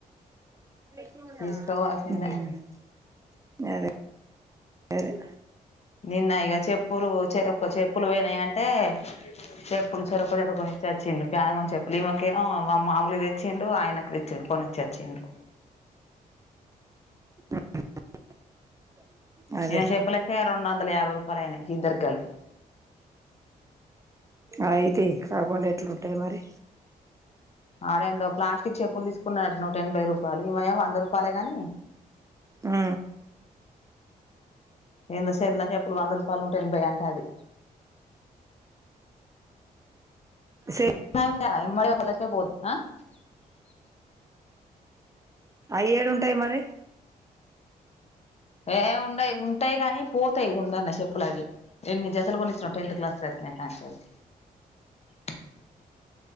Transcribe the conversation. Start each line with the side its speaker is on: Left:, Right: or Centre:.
Right: క
Left: తీసుకోవాల్సిందే
Right: <unintelligible> <unintelligible> అదె అద్
Left: నిన్న ఇగ చెప్ ఊర్ వచేటప్ <unintelligible> చెప్పులు పోయినాయంటే చెప్పులు చేర్ ఒక జత కొనిచ్చచ్చిండు ప్యార్ వాన్ చెప్పులు ఈమకేమో మా మాముూలు తెచ్చిండు ఆయనక్ తెచ్ కొనిచ్చచ్చిడు
Right: <unintelligible> అదే
Left: ఈయ్ చెప్పులకే రెండు వందల యాభై రూపాయలు అయినాయి ఇద్దరు కలిపి
Right: అయిత్ కాకుండా ఎట్లుంటాయి మరి
Left: ఆడ ఏందో ప్లాస్టిక్ చెప్పులు తీసుకున్నర్ నూట ఎనభై రూపాయలు ఇవ ఎమ్ వంద రూపాయలేగాని
Right: ఆ
Left: ఏందో చిన్న చెప్పులు వంద రూపాయలు నూట ఎనభై అంట అవి
Right: సే
Left: ఉం టయ్ యి డయ యమ్ <unintelligible> మల్ <unintelligible> అలకే పోతుందా అ
Right: ఐ ఏడ్ ఉంటాయి మరి
Left: ఏ ఉండయి పో ఉంటాయి కానీ పోతాయి ఉందన్ చెప్ చెప్పుల్ అవి ఎన్ని జతలు కోనిచ్చినో టెన్త్ క్లాస్ వచ్చిన కంచేల్లి <unintelligible>